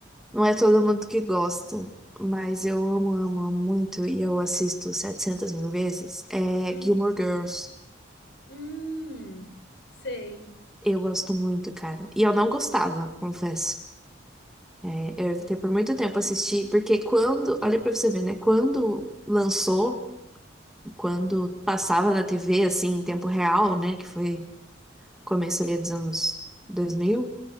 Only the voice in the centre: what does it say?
Não é todo mundo que gosta, mas eu amo, amo, amo muito e eu assisto 700 mil vezes. É
Gilmore Girls.
Eu gosto muito, cara. E eu não gostava, confesso. É, eu evitei por muito tempo assistir, porque quando. Olha pra você ver, né? Quando lançou, e quando passava na TV, assim, em tempo real, né? Que foi começo ali dos anos. dois mil.